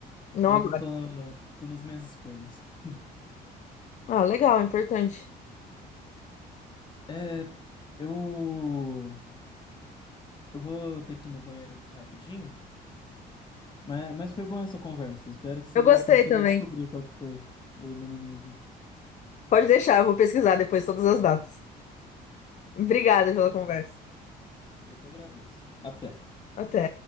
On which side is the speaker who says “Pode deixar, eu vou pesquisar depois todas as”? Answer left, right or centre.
Left